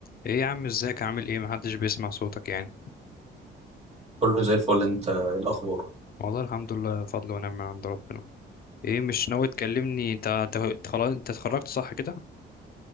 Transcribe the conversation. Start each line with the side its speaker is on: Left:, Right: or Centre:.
Left: ايه يا عم ازيك عامل ايه محدش بيسمع صوتك يعني
Right: كله زي الفل انت ايه الاخبار
Left: والله الحمد لله فضل ونعمة من عند ربنا ايه مش ناوي تكلمني انت انت أنت خلاص انت اتخرجت صح كده